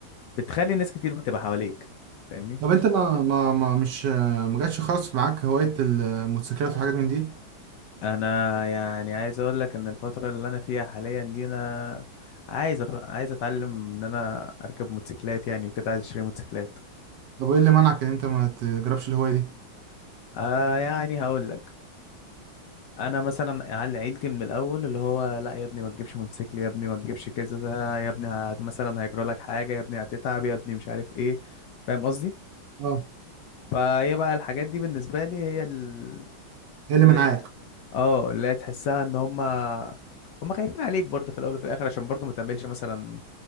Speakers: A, on the left (about 70°); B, on the right (about 65°).
A: بتخلي ناس كتير بتبقى حواليك فاهمني
B: طب انت ما ما ما مش ما جاتش خالص معاك هواية الموتوسيكلات وحاجات من دي
A: انا يعني عايز اقول لك ان الفتره اللي انا فيها حاليا دي انا عايز أخ... عايز اتعلم ان انا اركب موتوسيكلات يعني وكده عايز اشتري موتوسيكلات
B: طب وايه اللي منعك ان انت ما تجربش الهواية دي
A: آه يعني هقول لك انا مثلا عل- عيلتي من الاول اللي هو لا يا ابني ما تجيبش موتوسيكل يا ابني ما تجيبش كذا ده يا ابني هت... مثلا هيجرى لك حاجه يا ابني هتتعب يا ابني مش عارف ايه فاهم قصدي
B: اه
A: فهي بقى الحاجات دي بالنسبه لي هي ال...
B: ايه اللي
A: اللي
B: منعاك
A: تح... اه اللي هي تحسها ان هما هما خايفين عليك برضه في الاول وفي الاخر عشان برضه ما تعملش مثلا